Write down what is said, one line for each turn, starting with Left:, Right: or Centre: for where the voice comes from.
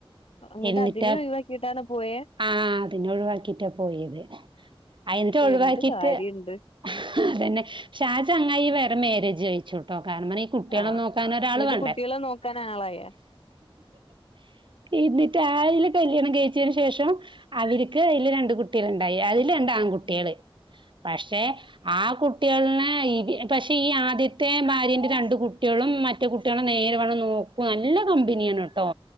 Left: അങ്ങിട്ട്
Right: എന്നിട്ടാ
Left: അതിനെ ഒഴിവാക്കിയിട്ടാണോ പോയേ
Right: ആഹ് അതിന്നെ ഒഴിവാക്കിട്ടാ പോയത് അയിനേ ഒഴിവാക്കിട്ട്
Left: എന്ത് കാര്യണ്ട്
Right: അത് തന്നെ ശെ ആ ചാങ്ങായി വേറെ മാരേജ് കഴിച്ചുട്ടോ കാരണം ഇ കുട്ടിളേ
Left: ആഹ്
Right: നോക്കൻ ഒരാള്
Left: എന്നിട്ട്
Right: വേണ്ടേ
Left: കുട്ടികളെ നോക്കാൻ ആളായോ
Right: എന്നിട്ട് <unintelligible> കല്യാണം കയിച്ചോന് ശേഷം അവരക്ക് അതില് രണ്ട് കുട്ട ണ്ടായി അതില് രണ്ട് ആൺകുട്ടികള്
Left: ഉം
Right: പശേ ആഹ് കുട്ട കുട്ടികളെ പശെ ഈ ആദ്യത്തെ ഭാര്യൻ്റെ രണ്ട് കുട്ടികളും മറ്റേ കുട്ടികളെ നേരെ വേണ്ണം നോ നല്ല കമ്പനിയാണ്ട്ടോ